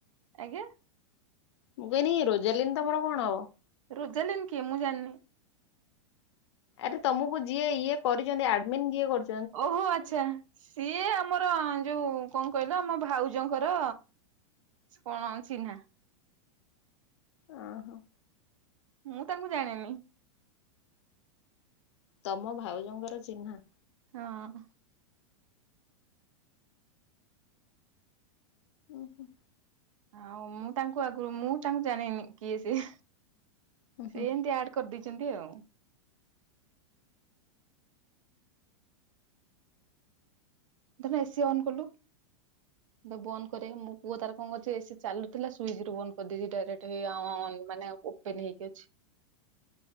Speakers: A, on the right; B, on the left.
A: ଆଜ୍ଞା।
B: ମୁଁ କହଲି ରୋଜାଲିନ ତମର କଣ ହବ।
A: ରୋଜାଲିନି କିଏ ମୁଁ ଜାଣିନି।
B: ଆରେ ତମକୁ ଯିଏ ଇଏ କରିଛନ୍ତି ଆଡମିନ ଯିଏ କରି
A: ଓହୋ ଆଚ୍ଛା ସିଏ ଆମର ଯୋଉ କଣ କହିଲ ଆମ ଭାଉଜଙ୍କର କଣ ଅଛିନା।
B: ଅଁ ହଁ।
A: ମୁଁ ତାଙ୍କୁ ଜାଣିନି।
B: ତମ ଭାଉଜଙ୍କର ଚିହ୍ନା।
A: ହଁ।
B: ଉଁ ହୁଁ।
A: ଆଉ ମୁଁ ତାଙ୍କୁ ଆଗରୁ ମୁଁ ତାଙ୍କୁ ଜାଣିନି କିଏ ସିଏ
B: ହୁଁ
A: ସିଏ
B: ହୁଁ
A: ଏମତି ଆଡ କରିଦେଇଛନ୍ତି ଆଉ। ଦିବ୍ୟ ଏସିି ଅନ୍ କଲୁ। ମୁଁ ତାକୁ ବନ୍ଦ କରେ ମୋ ପୁଅ ତାର କଣ କରଛି ଏସି ଚାଲୁଥିଲା ସୁଇଚ ରୁ ବନ୍ଦ କରିଦେଇଛି ଡାଇରେକ୍ଟ ହେଇ ଅନ ମାନେ ଉ <unintelligible> ହେଇକି ଅଛି।